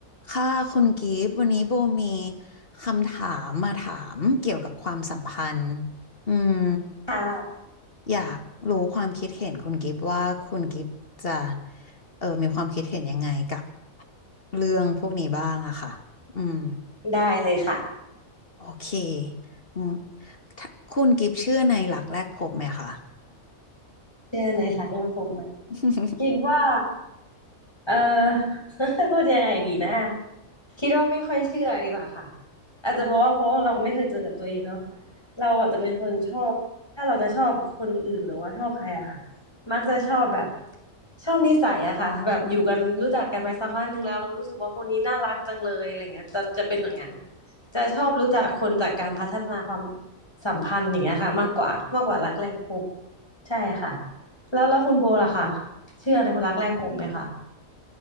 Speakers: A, on the left; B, on the left.
A: ค่ะคุณกิฟต์วันนี้โบมีคำถามมาถามเกี่ยวกับความสัมพันธ์อืม
B: ค่ะ
A: อยากรู้ความคิดเห็นคุณกิฟต์ว่าคุณกิฟต์จะเออมีความคิดเห็นยังไงกับเรื่องพวกนี้บ้างอะค่ะอืม
B: ได้เลยค่ะ
A: โอเคอืมถ้าคุณกิฟต์เชื่อในหลักแรกพบไหมคะ
B: เชื่อในหลักเรื่องภูมิไหม
A: <laughs>
B: คิดว่า เออ <laughs> พูดยังไงดีนะคิดว่าไม่ค่อยเชื่อดีกว่าค่ะอาจจะเพราะว่าเพราะเราไม่เคยเจอกับตัวเองเนาะเราอาจจะเป็นคนชอบถ้าเราจะชอบคนอื่นหรือว่าชอบใครอะค่ะมักจะชอบแบบชอบนิสัยอะค่ะแบบอยู่กันรู้จักกันไปสักพักหนึ่งแล้วรู้สึกว่าคนนี้น่ารักจังเลยอะไรเงี้ยจะจะเป็นอย่างนั้นจะชอบรู้จักคนจากการพัฒนาความสัมพันธ์อย่างเงี้ยค่ะมากกว่ามากกว่ารักแรกพบใช่ค่ะแล้วแล้วคุณโบล่ะคะเชื่อในคนรักแรกพบไหมคะ